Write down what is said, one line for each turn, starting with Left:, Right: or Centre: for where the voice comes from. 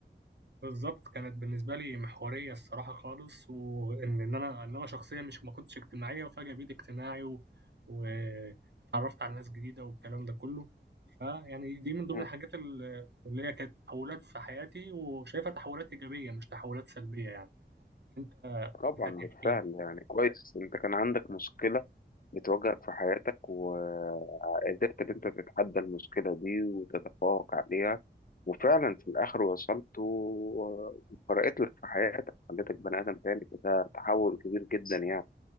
Right: بالضبط، كانت بالنسبة لي محورية الصراحة خالص، وإن إن أنا إن أنا شخصيًا مش ما كنتش اجتماعية وفجأة بقيت اجتماعي و واتعرّفت على ناس جديدة والكلام ده كُلّه، فيعني دي من ضمن
Left: مم.
Right: الحاجات ال اللي هي كانت تحوّلات في حياتي وشايفها تحوّلات إيجابية مش تحوّلات سلبية يعني، أنت
Left: طبعا
Right: إيه تاني
Left: بالفعل
Right: احكِ لي؟
Left: يعني كويس انت كان عندك مشكلة بتواجهك في حياتك وقدرت إن أنت تتحدى المشكلة دي وتتفوق عليها وفعلا في الآخر وصلت و- وفرقت لك في حياتك خليتك بني آدم تاني فده تحول كبير جدا يعني